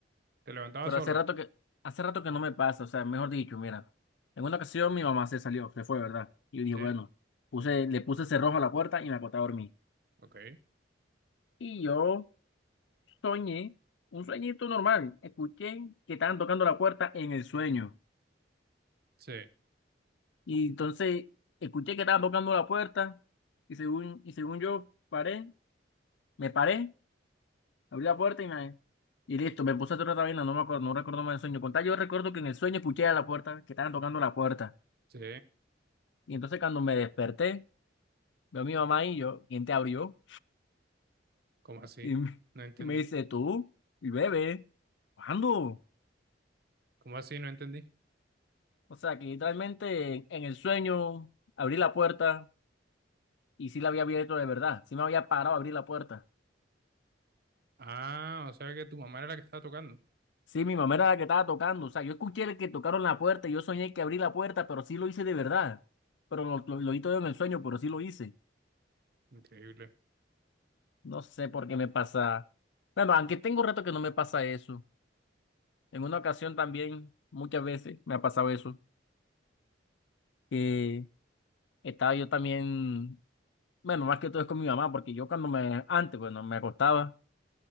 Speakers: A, on the right; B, on the left.
A: ¿Te levantabas
B: Pero
A: solo?
B: hace rato que, hace rato que no me pasa, o sea, mejor dicho, mira, en una ocasión mi mamá se salió, se fue, ¿verdad? Y yo dije,
A: Sí,
B: bueno, puse, le puse cerrojo a la puerta y me acosté a dormir.
A: ok.
B: Y yo soñé, un sueñito normal, escuché que estaban tocando la puerta en el sueño.
A: Sí,
B: Y entonces escuché que estaban tocando la puerta y según, y según yo paré, me paré, abrí la puerta y me... Y listo, me puse a hacer otra vaina, no me acuerdo, no recuerdo más el sueño. Con tal, yo recuerdo que en el sueño escuché a la puerta, que estaban tocando la puerta.
A: sí.
B: Y entonces cuando me desperté, Veo a mi mamá y yo, ¿quién te abrió?
A: ¿Cómo así?
B: Y, me
A: No entendí.
B: y me dice, tú, y bebé, ¿cuándo?
A: ¿Cómo así? No entendí.
B: O sea, que literalmente en el sueño abrí la puerta y sí la había abierto de verdad, sí me había parado a abrir la puerta.
A: Ah, o sea que tu mamá era la que estaba tocando.
B: Sí, mi mamá era la que estaba tocando, o sea, yo escuché el que tocaron la puerta y yo soñé que abrí la puerta, pero sí lo hice de verdad. Pero lo, lo, lo hice todo en el sueño, pero sí lo hice.
A: Increíble.
B: No sé por qué me pasa. Bueno, aunque tengo rato que no me pasa eso. En una ocasión también, muchas veces me ha pasado eso. que estaba yo también, bueno, más que todo es con mi mamá, porque yo cuando me, antes, bueno, me acostaba